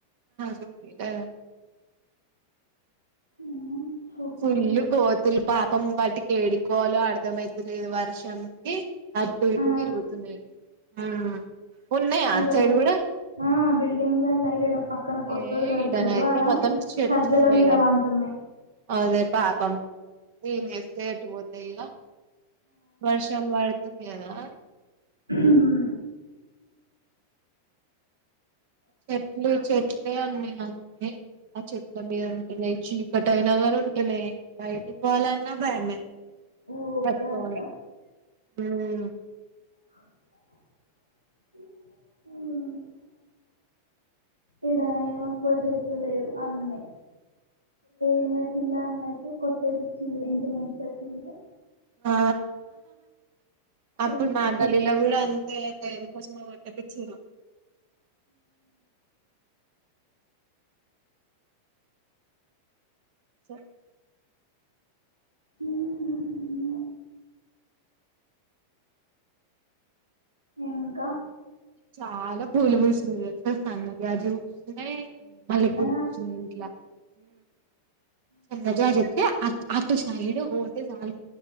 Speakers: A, on the right; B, on the right.
A: చెప్పదే
B: మ్మ్. చూపించిన
A: ఫుల్లు కోతులు పాపం వాటికి ఏడికోవాలో అర్ధమ్ అయితలేదు వర్షమ్కి అటు ఇటు
B: ఆ,
A: తిరుగుతున్నాయి ఆ ఉన్నాయ
B: ఈడ
A: అట్ సైడ్ కూడా
B: ఆ బిల్డింగ్ లో యిట్డ పక్కన కొత్తరు
A: ఏ
B: కడుతురు
A: ఈడనైతే
B: ఆడ
A: మొత్తం చెట్లు
B: సజ్జల
A: ఉన్నాయి
B: మీద
A: కదా
B: వంటన్నాయి
A: అదే పాపం ఎం ఎస్తే ఎటు పోతాయ్య వర్షం వాడు తుంది కదా
B: ఉమ్
A: చెట్లు చెట్లే ఉన్నాయి అన్నాయి ఆ చెట్ల మీద ఉంటున్నాయి చీ ఒకటైనా గాని ఉంటన్నయి బయటికి పోవాలి అన్న భయమే
B: ఉ ఊకంతా
A: <unintelligible> ఉమ్
B: అ ఇడ ఏమక్కువ చెట్లు లేవు అన్న ఏమ కిల్లా ఏమనాతే కొట్టేపిచ్చింది ఇంటి ముందు చెట్లుంటే
A: ఆ అప్పుడు
B: ఎందుకో
A: మా గల్లీలో గుడా అంతె దేని కోసమే కొట్టి పిచ్చిరు స
B: ఉమ్ హు హు ఇంకా
A: చాలా పూలు బూసింది తెలుసా సన్న జాజీ పూస్తున్నాయి మల్లెపూలు
B: ఆ
A: పుచ్చింది ఇంట్లో సన్న జాజి అయితే అటు సైడ్ ఓతే గాల్